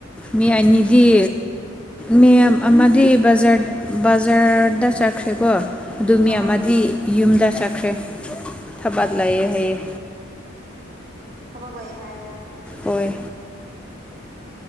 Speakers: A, in the centre; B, on the right.
A: ꯃꯤ ꯑꯅꯤꯗꯤ ꯃꯤ ꯑꯃꯗꯤꯕ ꯕꯖꯥꯔꯗ ꯆꯠꯈ꯭ꯔꯦꯀꯣ ꯑꯗꯨ ꯃꯤ
B: ꯑꯥ
A: ꯑꯃꯗꯤ ꯌꯨꯝꯗ ꯆꯠꯈ꯭ꯔꯦ ꯊꯕꯠ
B: ꯑꯣ
A: ꯂꯩꯥꯏꯑꯦ ꯍꯩꯑꯦ
B: ꯍꯕꯒ ꯋꯥꯏ ꯍꯥꯏꯦ
A: ꯍꯣꯏ